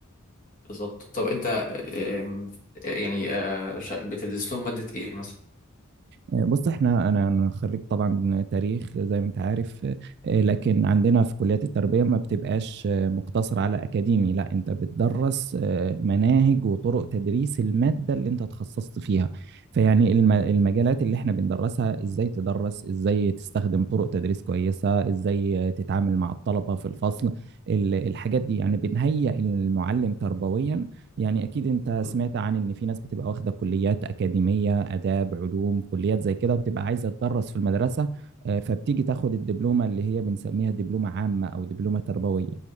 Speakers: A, on the left (about 40°); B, on the right (about 50°).
A: بالظبط طب انت آم، يعني آه، شا- بتدرس لهم مادة ايه مثلا
B: آه، بص احنا انا أنا خريج طبعا تاريخ زي ما انت عارف آه، لكن عندنا في كليات التربيه ما بتبقاش آه، مقتصر على اكاديمي لا انت بتدرس آه، مناهج وطرق تدريس الماده اللي انت تخصصت فيها فيعني الم- المجالات اللي احنا بندرسها ازاي تدرس ازاي تستخدم طرق تدريس كويسه ازاي تتعامل مع الطلبه في الفصل ال- الحاجات دي يعني بنهيئ المعلم تربويا يعني أكيد أنت
A: مم.
B: سمعت عن إن في ناس بتبقى واخدة كليات أكاديمية آداب علوم كليات زي كده وبتبقى عايزة تدرس في المدرسة آه، فبتيجي تاخد الدبلومة اللي هي بنسميها دبلومة عامة أو دبلومة تربوية